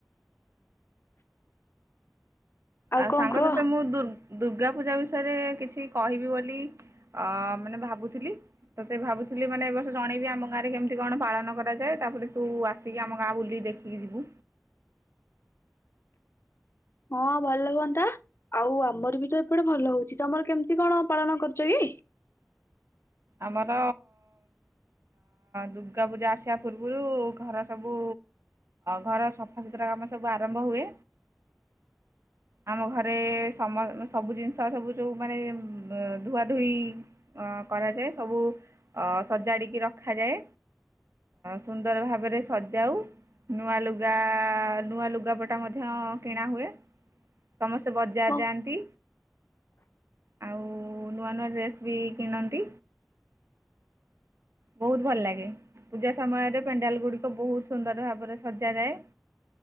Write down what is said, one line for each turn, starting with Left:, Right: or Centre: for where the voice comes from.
Right: ଆଉ
Left: କଣ
Right: ସାଙ୍ଗ
Left: କୁହ
Right: ତତେ ମୁଁ ଦୁର ଦୁର୍ଗା ପୂଜା ବିଷୟରେ କିଛି କହିବି ବୋଲି ଅ ମାନେ ଭାବ ଭାବୁଥିଲି ତତେ ଭାବୁଥିଲି ମାନେ ଏ ବର୍ଷ ଜଣେଇବି ଆମ ଗାଁରେ କେମିତି କଣ ପାଳନ କରାଯାଏ ତାପରେ ତୁ ଆସିକି ଆମ ଗାଁ ବୁଲିକ ଦେଖିକି ଯିବୁ।
Left: ହଁ ଭଲ ହୁଅନ୍ତା ଆଉ ଆମର ବି ତ ଏପଟେ ଭଲ ହଉଛି ତମର କେମିତି କଣ ପାଳନ କରୁଛ କି?
Right: ଆମର ଦୁର୍ଗା ପୂଜା ଆସିବା ପୂର୍ବରୁ ଘର ସବୁ ଘର ସଫାସୁତୁରା କାମ ସବୁ ଆରମ୍ଭ ହୁଏ ଆମ ଘରେ ସବୁ ଜିନିଷ ସବୁ ଯେଉଁ ମାନେ ଧୁଆ ଧୋଇ କରାଯାଏ ସବୁ ସଜାଡ଼ିକି ରଖାଯାଏ ସୁନ୍ଦର ଭାବରେ ସଜାଉ ନୂଆ ଲୁଗା ନୂଆ ଲୁଗାପଟା ମଧ୍ୟ କି ଣା ହୁଏ। ସମସ୍ତେ ବଜାର
Left: ହଁ
Right: ଯାଆନ୍ତି ଆଉ ନୂଆ ନୂଆ ଡ୍ରେସ୍ କେ କେନ ନ୍ତି। ବହୁତ ଭଲ ଲାଗେ ପୂଜା ସମୟରେ ପେଣ୍ଡାଲ ଗୁଡିକ ବହୁତ ସୁନ୍ଦର ଭାବରେ ସଜାଯାଏ